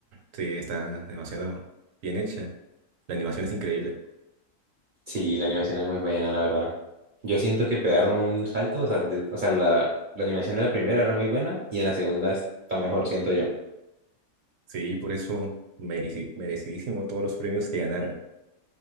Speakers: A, on the right; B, on the right.
A: Sí, está demasiado bien hecha. La animación es increíble.
B: Sí, la animación es muy buena, la verdad. Yo siento que pegaron un salto, o sea, de- o sea, la, la animación de la primera era muy buena y en la segunda está mejor, siento yo.
A: Sí, por eso mereci- merecidísimo todos los premios que ganaron.